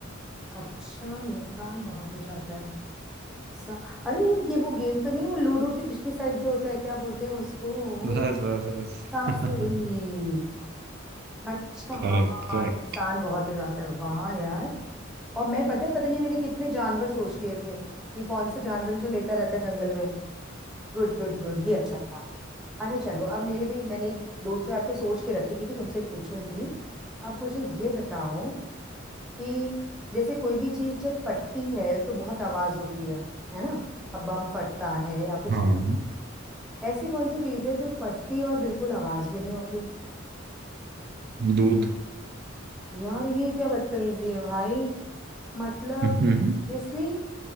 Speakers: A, in the centre; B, on the right.
A: अच्छा नुकसान बहुत हो जाता है सा... अरे ये वो गेम तो नहीं वो लूडो की पिछली साइड जो होता है क्या बोलते हैं उसको
B: बस बस बस
A: सांप
B: <laughs>
A: सीढ़ी अच्छा
B: Correct
A: हाँ
B: correct
A: नुकसान बहुत हो जाता है वाह यार और मैं पता है पता नहीं मैंने कितने जानवर सोच लिए थे कि कौन सा जानवर है जो लेटा रहता है जंगल में गुड गुड गुड ये अच्छा था अच्छा चलो अब मेरे भी मैंने एक- दो चार तो सोच के रखी थी कि तुमसे पूछूंगी अब मुझे ये बताओ कि जैसे कोई भी चीज जब फटती है तो बहुत आवाज होती है है ना अब बम फटता है या कुछ
B: हाँ
A: भी ऐसी कौन सी चीज है जो फटती है और बिल्कुल आवाज भी नहीं होती
B: दूध
A: यार ये क्या बदतमीजी है भाई मतलब
B: हम्म।
A: इसलिए